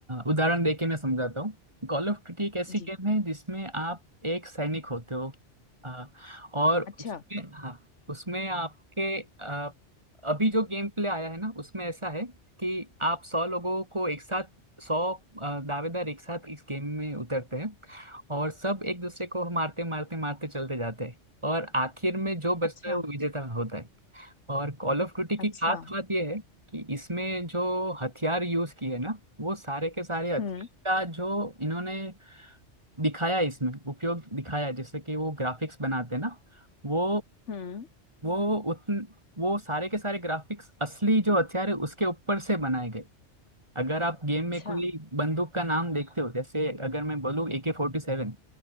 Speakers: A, on the right (about 25°); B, on the left (about 75°).
A: उदाहरण देके मैं समझाता हूँ कॉल ऑफ ड्यूटी एक ऐसी
B: जी
A: गेम है जिसमें आप एक सैनिक होते हो अ, और
B: अच्छा
A: उसमें हाँ उसमें आपके अ, अभी जो गेम प्ले आया है ना उसमें ऐसा है कि आप सौ लोगों को एक साथ सौ आ, दावेदार एक साथ इस गेम में उतरते हैं और सब एक दूसरे को मारते मारते मारते चलते जाते हैं और आखिर में जो बचता
B: अच्छा
A: है वो विजेता होता है और कॉल ऑफ ड्यूटी की
B: अच्छा
A: खास बात यह है कि इसमें जो हथियार यूज किए ना वो सारे के सारे हथियार
B: हम्म
A: का जो इन्होंने दिखाया है इसमें उपयोग दिखाया है, जैसे कि वो ग्राफिक्स बनाते हैं ना वो
B: हम्म
A: वो उतन वो सारे के सारे ग्राफिक्स असली जो हथियार है उसके ऊपर से बनाए गए अगर आप गेम में
B: अच्छा
A: कोई बंदूक का नाम देखते हो जैसे अगर मैं बोलूँ ए के फोर्टी सेवन